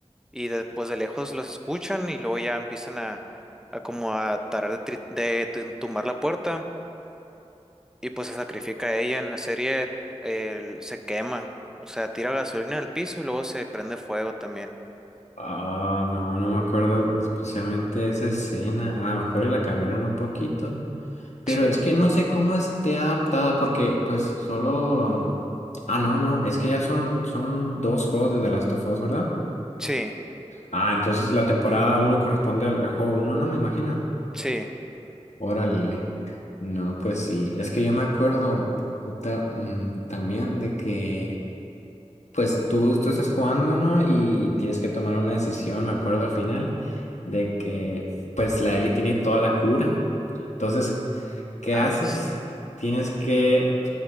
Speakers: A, in the centre; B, on the left.
A: y después de lejos los escuchan y luego ya empiezan a, a como a tarar de, tri- de tu- tumbar la puerta y pues se sacrifica a ella en la serie, él se quema, o sea, tira gasolina al piso y luego se prende fuego también.
B: Ah, no, no me acuerdo especialmente de esa escena. A lo mejor y la cambiaron un poquito. Pero
A: Sí.
B: es que no sé cómo esté adaptada porque pues solo... Ah, no, no, es que ya son, son dos juegos de The Last of Us, ¿verdad?
A: Sí,
B: Ah, entonces la temporada uno corresponde al, al juego uno no me imagino.
A: sí,
B: Órale. No, pues sí. Es que yo me acuerdo puta, mm, también de que, pues tú, tú estás jugando, ¿no? Y, y tienes que tomar una decisión, me acuerdo al final, de que, pues la Ellie tiene toda la cura. Entonces, ¿qué
A: ah,
B: haces?
A: sí,
B: Tienes que,